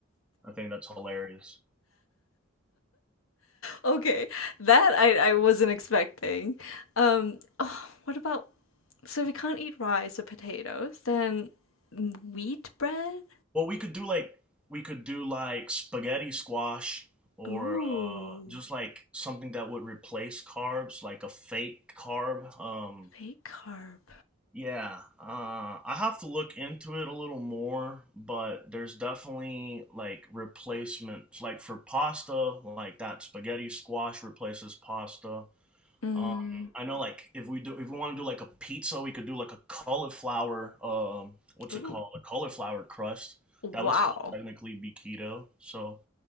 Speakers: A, in the centre; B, on the left.
A: I think that's hilarious.
B: Okay, that I I wasn't expecting. Um, oh, what about so we can't eat rice or potatoes, then wheat bread?
A: Well, we could do like we could do like spaghetti squash or
B: Ooh,
A: uh, just like something that would replace carbs, like a fake carb. Um,
B: fake carb.
A: Yeah, uh, I have to look into it a little more, but there's definitely like replacements, like for pasta, like that spaghetti squash replaces pasta.
B: Mm.
A: Um, I know, like if we do, if we want to do like a pizza, we could do like a cauliflower, um, what's
B: Ooh.
A: it called, a cauliflower crust.
B: Wow.
A: That would still technically be keto, so